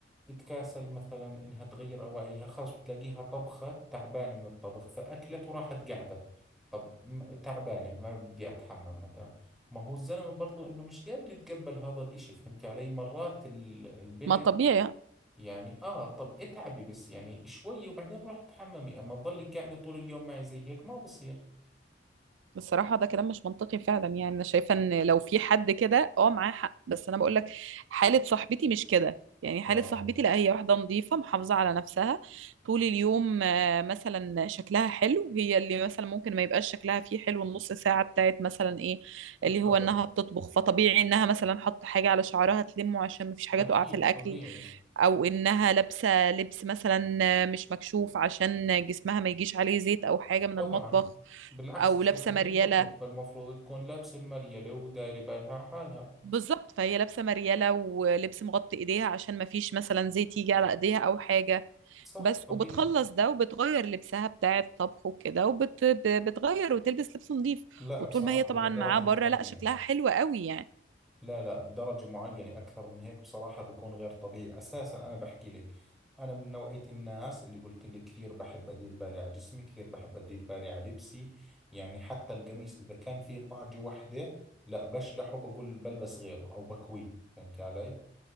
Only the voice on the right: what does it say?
ما طبيعي
بصراحة ده كلام مش منطقي فعلا يعني أنا شايفة إن لو في حد كده أه معاه حق بس أنا بقول لك حالة صاحبتي مش كده يعني حالة
صاحبتي لا هي واحدة نظيفة محافظة على نفسها طول اليوم آه، مثلا شكلها حلو هي اللي مثلا ممكن ما يبقاش شكلها فيه حلو النص ساعة بتاعت مثلا إيه
اللي هو إنها بتطبخ فطبيعي إنها مثلا حط حاجة على شعرها تلمه عشان مفيش حاجة
تقع في الأكل
أو إنها لابسة لبس مثلا آه، مش مكشوف عشان جسمها ما يجيش عليه زيت أو حاجة من
المطبخ
أو
لابسة مريالة
بالظبط فهي لابسه مرياله ولبس مغطي ايديها عشان ما فيش مثلا زيت يجي على ايديها او حاجه
بس
وبتخلص ده وبتغير لبسها بتاع الطبخ وكده وبتغير وتلبس لبس نظيف
وطول
ما هي طبعا
معاه بره
لا شكلها حلو قوي يعني